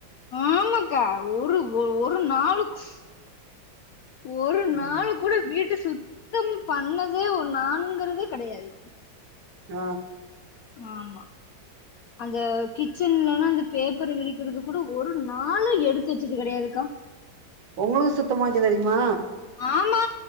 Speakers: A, on the left; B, on the right.
A: ஆமக்கா ஒரு ஒ ஒரு நாளுக்கு ஒரு
B: ம்
A: நாளு கூட வீட் தி சுத்தம் பண்ணதே ஒன் நானுங்குறதே கெடையாது
B: ஆ
A: ஆமா அந்த கிச்சன்லனா அந்த பேப்பரு விரிக்கிறது கூட ஒரு நாளு எடுத்து வச்சது கெடையாதுக்கா
B: ஒங்ளுக்கு சுத்தமா வக்கத் தெரிமா
A: ஆமா